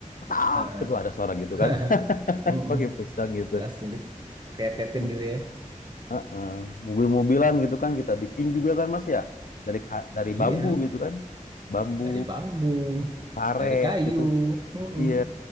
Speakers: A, on the left; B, on the right.
A: tak
B: heeh.
A: gitu ada suara gitu
B: <laughs>
A: kan <laughs>
B: Mm-mm.
A: pakai pisang gitu
B: Langsung diketetin
A: Nah,
B: gitu ya.
A: Eh, mobil-mobilan gitu kan kita bikin juga kan mas ya dari dari
B: Iya,
A: bambu gitu kan bambu
B: dari bambu,
A: karet
B: dari kayu.
A: gitu
B: Mm-mm.
A: Iya,